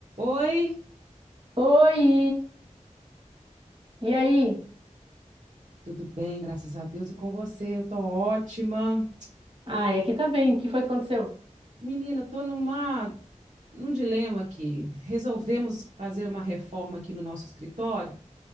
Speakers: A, on the right (about 65°); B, on the right (about 45°).
A: Oi,
B: Oi! E aí?
A: tudo bem, graças a Deus, e com você? Eu tô ótima.
B: Ai, aqui tá bem. O que foi que aconteceu?
A: Menina, eu tô numa, num dilema aqui. Resolvemos fazer uma reforma aqui no nosso escritório